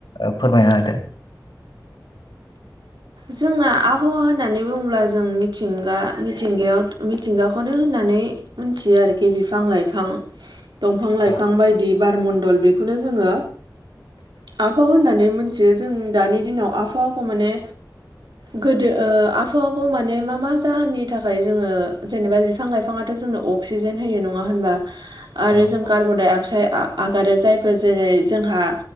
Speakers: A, on the left (about 85°); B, on the right (about 75°).
A: ओ फोरमायना होदो।
B: जोंना आबहावा होननानै बुङोब्ला जों मिथिंगा मिथिंगायाव मिथिंगा खौनो होननानै मोनथियो आरोखि बिफां लाइफां दंफां लाइफां
A: गैया
B: बायदि बारमणन्दल बे खौनो जोङो आबहाव होननानै मोनथियो जों दानि दिनाव आबहावाखौ माने गोदो ओ आबहावाखौ माने मा मा जाहोननि थाखाय जोङो जेनेबा बिफां लाइ फाङाथ' जोंनो अक्सिजेन होयो नङा होनबा
A: औ
B: आरो जों कार्बन डाइ अक्साइड आ आगारो जायफोर जेरै- जोंहा